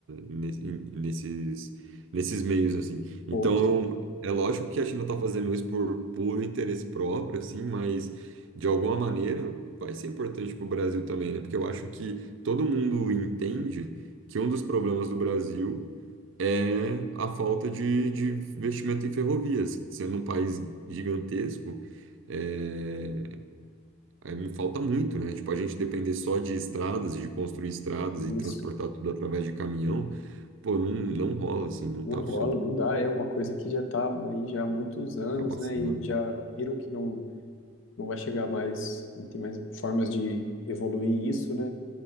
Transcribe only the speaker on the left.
Post,
isso.
Não
rola,
não dá. É uma coisa que já tá aí já há muitos anos,
né? E já viram que não, não vai chegar mais, não tem mais formas de evoluir isso, né?